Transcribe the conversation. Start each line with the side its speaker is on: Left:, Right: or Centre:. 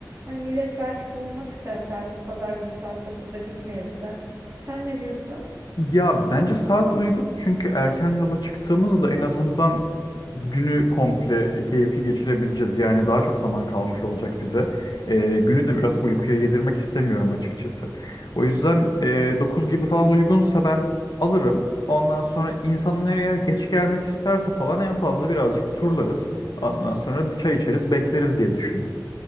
Right: Hani millet belki uyumak ister saat pazar günü saat dokuzda gitmeyelim de. Sen ne diyorsun?
Left: Ya bence saat uygun çünkü erken yola çıktığımızda en azından günü komple e, keyifli geçirebileceğiz. Yani daha çok zaman kalmış olacak bize. Ee, günü de biraz uykuya yedirmek istemiyorum açıkçası. O yüzden e, 9 gibi falan uygunsa ben alırım. Ondan sonra insanlar eğer geç gelmek isterse falan en fazla birazcık turlarız. Ondan sonra bir çay içeriz, bekleriz diye düşündüm.